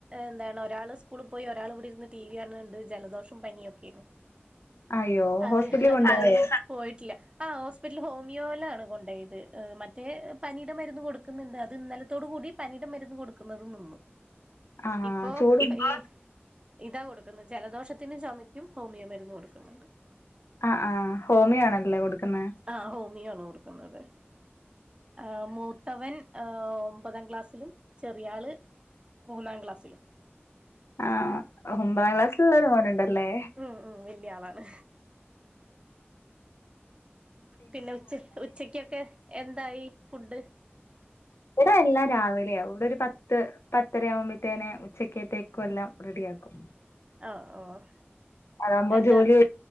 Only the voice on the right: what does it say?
എന്താണ് ഒരാള് സ്കൂളിൽ പോയി ഒരാസ് ഇവ്ടെ ഇരുന്ന് ടി വി ആണ് ണ്ട് ജലദോഷം പനിയ ഒക്കെയാണ്
അത്
അത്
കാരണം പോയിട്ടില്ല ആഹ് ഹോസ്പിറ്റൽ ഹോമിയോലണ് കൊണ്ട് പോയത് മറ്റേ പനി പനീടെ മരുന്ന് കൊടുക്കുന്നുണ്ട് അത് ഇന്നലത്തോട കൂടി പനിയുടെ മരുന്ന് കൊടുക്കുന്നത് നിന്നു
ഇപ്പൊ
ഈഹ് ഇതാ കൊടുക്കുന്നത് ജലദോഷത്തിന് ചുമയ്ക്കും ഹോമിയോ മരുന്ന് കൊടുക്കുന്നുണ്ട്
ആഹ് ഹോമിയാണ് കൊട്ക്കുന്ന ഇവിടെ ആഹ് മൂത്തവൻ ഒമ്പതാം ക്ലാസ്സിലും ചെറിയള് മൂന്നാം ക്ലാസ്സിലും
ഉം ഉം വല്യ ആളാണ് പിന്നെ ഉം ഉച്ച ഉച്ചക്കൊക്കെ എന്തായി ഫുഡ്
ആഹ് ഓഹ്
എന്താ